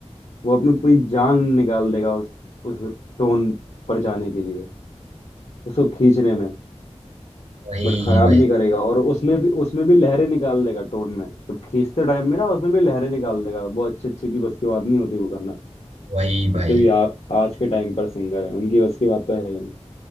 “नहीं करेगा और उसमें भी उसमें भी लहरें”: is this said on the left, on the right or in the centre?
Left